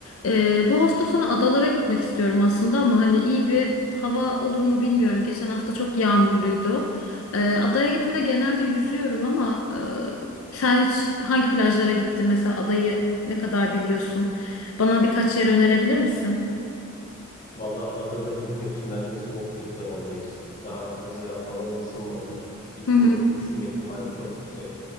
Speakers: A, on the left; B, on the left.
A: Ee, bu hafta sonu adalara gitmek istiyorum aslında ama hani iyi bir hava olur mu bilmiyorum. Geçen hafta çok yağmurluydu. Ee, adaya gittiğimde genelde yüzüyorum ama e, sen hiç hangi plajlara gittin mesela adayı ne kadar biliyorsun? Bana birkaç yer önerebilir misin?
B: Valla adada yüzmek için bence soğuk bir dönemdeyiz. Daha Haziran havalar ısınmadı. Gittiğinde
A: Hı hı.
B: üşüme ihtimali çok yüksek.